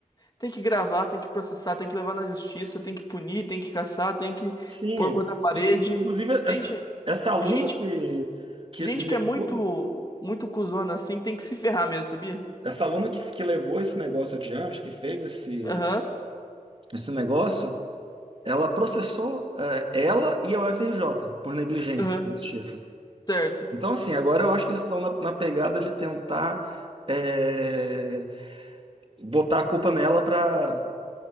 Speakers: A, on the left (about 30°); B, on the right (about 40°).
A: Tem que gravar, tem que processar, tem que levar na justiça, tem que punir, tem que caçar, tem que
B: Sim.
A: pôr contra a parede.
B: Inclu- Inclusive,
A: Gente,
B: essa, essa aluna
A: gente
B: que, que
A: Gente
B: levou,
A: que é muito, muito cuzona assim tem que se ferrar mesmo, sabia?
B: essa aluna que, que levou esse negócio adiante, que fez esse,
A: Aham,
B: esse negócio. Ela processou eh, ela e a UFRJ por negligência
A: ahaham,
B: na justiça.
A: certo.
B: Então, assim, agora eu acho que eles estão na, na pegada de tentar eh, botar a culpa nela para.